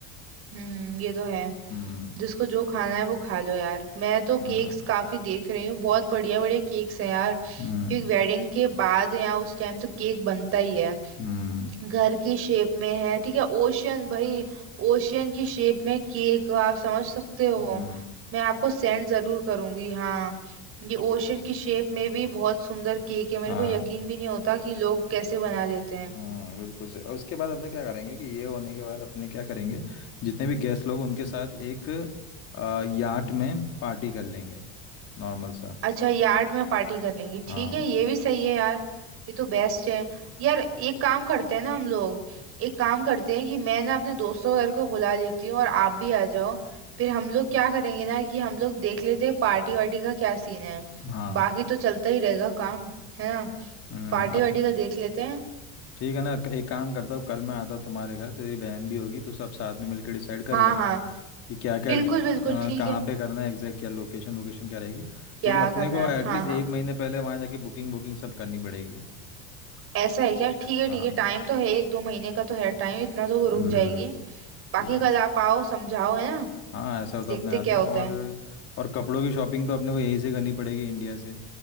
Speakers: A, on the right; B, on the left.
A: हम्म ये तो है
B: हम्म
A: जिसको जो खाना है वो खा लो यार मैं तो
B: हाँ
A: केक्स काफी देख रही हूँ बहुत बढ़िया बढ़िया केक्स हैं यार क्योंकि
B: हम्म
A: वेडिंग के बाद यहाँ उस टाइम तो केक बनता ही है
B: हम्म
A: घर की शेप में है ठीक है ओशियन भाई ओशियन की शेप में केक आप समझ सकते हो
B: हम्म
A: मैं आपको सेंड जरूर करूंगी हाँ ये ओशियन की शेप में भी बहुत सुंदर केक है मेरे
B: हाँ
A: को यकीन भी नहीं होता कि लोग कैसे बना लेते हैं
B: हम्म बिल्कुल सही और उसके बाद अपने क्या करेंगे कि ये होने के बाद अपने क्या करेंगे जितने भी गेस्ट लोग उनके साथ एक आ, याट में पार्टी कर लेंगे नॉर्मल सा
A: अच्छा यार्ड में पार्टी कर लेंगे
B: हाँ
A: ठीक है ये भी सही है यार ये तो बेस्ट है यार एक काम करते हैं ना हम लोग एक काम करते हैं कि मैं ना अपने दोस्तों वगैरह को बुला लेती हूँ और आप भी आ जाओ फिर हम लोग क्या करेंगे ना कि हम लोग देख लेते हैं पार्टी वार्टी का क्या सीन है
B: हाँ
A: बाकी तो चलता ही रहेगा काम है ना
B: हम्म
A: पार्टी
B: अब
A: वार्टी का देख लेते हैं
B: ठीक है ना क- एक काम करता हूँ कल मैं आता हूँ तुम्हारे घर तेरी बहन भी होगी तो सब साथ में मिलकर डिसाइड कर
A: हाँ
B: लेंगे
A: हाँ
B: कि क्या क्या
A: बिल्कुल बिल्कुल ठीक
B: कहाँ
A: है
B: पे करना है एग्जैक्ट क्या लोकेशन वोकेशन क्या रहेगी क्योंकि
A: क्या
B: अपने
A: करना
B: को
A: है
B: एटलीस्ट
A: हाँ हाँ
B: एक महीने पहले वहाँ जाके बुकिंग बुकिंग सब करनी पड़ेगी
A: ऐसा है क्या ठीक है
B: हाँ
A: ठीक है टाइम तो है एक दो महीने का तो है टाइम इतना तो वो
B: हम्म
A: रुक जाएगी बाकी
B: ठीक
A: कल आप आओ समझाओ है ना
B: हाँ ऐसा तो
A: देखते
B: अपने आते
A: क्या
B: हैं
A: होता
B: और
A: है
B: और कपड़ों की शॉपिंग तो अपने को यहीं से करनी पड़ेगी इंडिया से